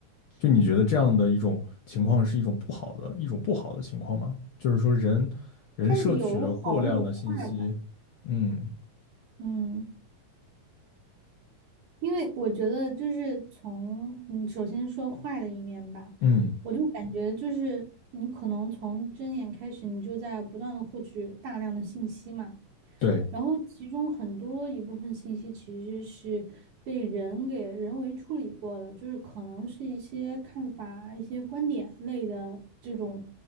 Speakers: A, on the left; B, on the right.
A: 就你觉得这样的一种情况是一种不好的一种不好的情况吗？就是说人人摄取了过量的信息，
B: 它有好有坏吧，
A: 嗯
B: 嗯。因为我觉得就是从嗯，首先说坏的一面吧，
A: 嗯，
B: 我就感觉就是你可能从睁眼开始，你就在不断的获取大量的信息嘛，
A: 对
B: 然后其中很多一部分信息其实是被人给人为处理过的，就是可能是一些看法、一些观点类的这种